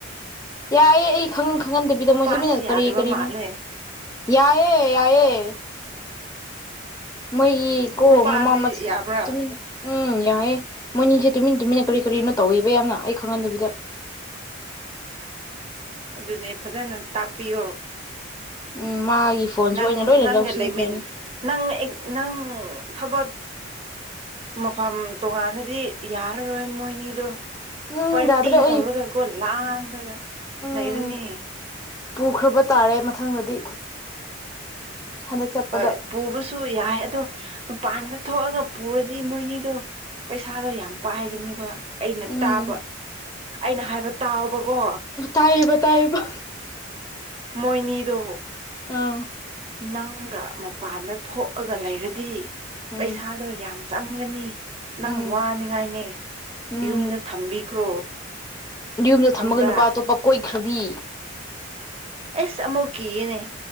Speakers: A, on the left (about 20°); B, on the right (about 30°).
A: ꯌꯥꯏꯌꯦꯦ ꯑꯩ ꯈꯪꯍꯟ ꯈꯪꯍꯟꯗꯕꯤꯗ
B: ꯃꯄꯥꯁꯨ
A: ꯃꯣꯏ ꯆꯠꯃꯤꯟꯅ
B: ꯌꯥꯗꯕ
A: ꯀꯔꯤ ꯀꯔꯤꯅꯣ
B: ꯃꯥꯜꯂꯦ
A: ꯌꯥꯏꯌꯦꯦ ꯌꯥꯏꯑꯦ ꯃꯣꯏꯒꯤ ꯀꯣ
B: ꯃꯄꯥꯗꯤ
A: ꯃꯃꯥ ꯃ
B: ꯌꯥꯕ꯭ꯔꯥ
A: ꯆꯃꯤ ꯎꯝ ꯌꯥꯏꯦ ꯃꯣꯏꯅꯤꯁꯦ ꯇꯨꯃꯤꯟ ꯇꯨꯃꯤꯟꯅ ꯀꯔꯤ ꯀꯔꯤꯅꯣ ꯇꯧꯋꯦꯕ ꯌꯥꯝꯅ ꯑꯩ ꯈꯪꯍꯟꯗꯕꯤꯗ
B: ꯑꯗꯨꯅꯦ ꯐꯖꯅ ꯇꯥꯛꯄꯤꯌꯣ
A: ꯎꯝ ꯃꯥꯒꯤ ꯐꯣꯟꯖꯨ
B: ꯅꯪ
A: ꯑꯣꯅ ꯂꯣꯏꯅ
B: ꯅꯪꯒ
A: ꯂꯧꯁꯤꯟꯈ꯭ꯔꯅꯤ
B: ꯂꯩꯃꯤꯟ ꯅꯪ ꯅꯪ ꯊꯕꯛ ꯃꯐꯝ ꯇꯣꯉꯥꯟꯅꯗꯤ ꯌꯥꯔꯔꯣꯏ ꯃꯣꯏꯅꯤꯗꯣ
A: ꯎꯝ
B: ꯄꯇꯤ
A: ꯌꯥꯗ꯭ꯔꯦ
B: ꯇꯧꯔꯒ
A: ꯑꯩ
B: ꯀꯣ ꯂ꯭ꯔꯒ
A: ꯎꯝ
B: ꯅꯩꯔꯅꯤ
A: ꯄꯨꯈ꯭ꯔꯕ ꯇꯥꯔꯦ ꯃꯊꯪꯗꯗꯤ ꯍꯟꯗꯛ ꯆꯠꯄꯗ
B: ꯍꯣꯏ ꯄꯨꯕꯁꯨ ꯌꯥꯏ ꯑꯗꯣ ꯃꯄꯥꯟꯗ ꯊꯣꯛꯑꯒ ꯄꯨꯔꯗꯤ ꯃꯣꯏꯅꯤꯗꯣ ꯄꯩꯁꯥꯗꯣ ꯌꯥꯝ ꯄꯥꯏꯒꯅꯣꯕ ꯑꯩꯅ
A: ꯎꯝ
B: ꯇꯥꯕ ꯑꯩꯅ ꯍꯥꯏꯕ ꯇꯥꯎꯕꯀꯣ
A: ꯇꯥꯏꯕ ꯇꯥꯏꯕ
B: ꯃꯣꯏꯅꯤꯗꯣ
A: ꯑꯥ
B: ꯅꯪꯒ ꯃꯄꯥꯟꯗ ꯊꯣꯛꯂꯒ ꯂꯩꯔꯗꯤ
A: ꯎꯝ
B: ꯄꯩꯁꯥꯗꯣ ꯌꯥꯝ ꯆꯪꯒꯅꯤ ꯅꯪ
A: ꯎꯝ
B: ꯋꯥꯅꯤꯉꯥꯏꯅꯦ
A: ꯎꯝ
B: ꯌꯨꯝꯗ ꯊꯝꯕꯤꯈ꯭ꯔꯣ
A: ꯌꯨꯝꯗ ꯊꯝꯃꯒ
B: ꯈꯪꯕ꯭ꯔꯥ
A: ꯅꯨꯄꯥ ꯑꯇꯣꯞꯄ ꯀꯣꯏꯈ꯭ꯔꯗꯤ
B: ꯑꯦꯁ ꯑꯃꯨꯛ ꯀꯤꯌꯦꯅꯦ